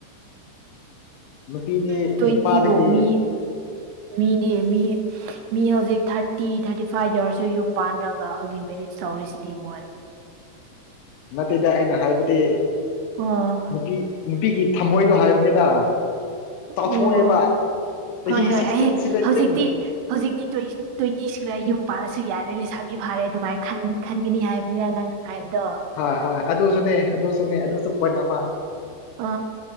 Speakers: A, on the left (about 80°); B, on the right (about 80°).
A: ꯅꯨꯄꯤꯗꯤ
B: ꯎ ꯇ꯭ꯋꯦꯟꯇꯤ
A: ꯅꯨꯄꯥꯗꯒꯤ
B: ꯐꯥꯎ ꯃꯤ ꯃꯤꯅꯦ ꯃꯤ ꯃꯤ ꯍꯧꯖꯤꯛ ꯊꯥꯔꯇꯤ ꯊꯥꯔꯇꯤ ꯐꯥꯏꯚ ꯌꯧꯔꯁꯨ ꯌꯨꯝ ꯄꯥꯟꯗ꯭ꯔꯒ ꯍꯣꯂꯤ ꯃꯦꯔꯤꯌꯦꯁ ꯇꯧꯔꯤꯁꯤꯗꯤ ꯃꯣꯏ
A: ꯅꯠꯇꯩꯗ ꯑꯩꯅ ꯍꯥꯏꯕꯗꯤ
B: ꯑꯣ
A: ꯅꯨꯄꯤ ꯅꯨꯄꯤꯒꯤ ꯊꯝꯃꯣꯏꯗꯣ ꯍꯥꯏꯕꯅꯤꯗ
B: ꯑꯣ
A: ꯆꯥꯎꯊꯣꯛꯑꯦꯕ
B: ꯑꯣ
A: ꯆꯍꯤ
B: ꯍꯣꯏ ꯍꯣꯏ
A: ꯁꯤꯛꯁꯇꯤꯟ
B: ꯑꯩ
A: ꯁꯚꯦꯟꯇꯤꯟ
B: ꯍꯧꯖꯤꯛꯇꯤ ꯍꯧꯖꯤꯛꯇꯤ ꯇ꯭ꯋꯥꯏꯁꯟ ꯇ꯭ꯋꯦꯟꯇꯤ ꯁꯨꯔꯦ ꯌꯨꯝ ꯄꯥꯜꯂꯁꯨ ꯌꯥꯔꯦ ꯂꯩꯁꯥꯕꯤ ꯐꯥꯔꯦ ꯑꯗꯨꯃꯥꯏꯅ ꯈꯟ ꯈꯟꯒꯅꯤ ꯍꯥꯏꯕꯅꯤꯅ ꯅꯪ ꯍꯥꯏꯕꯗꯣ
A: ꯍꯣꯏ ꯍꯣꯏ ꯑꯗꯨꯁꯨꯅꯦ ꯑꯗꯨꯁꯨꯅꯦ ꯑꯗꯨꯁꯨ ꯄꯣꯏꯟꯠ ꯑꯃ
B: ꯑ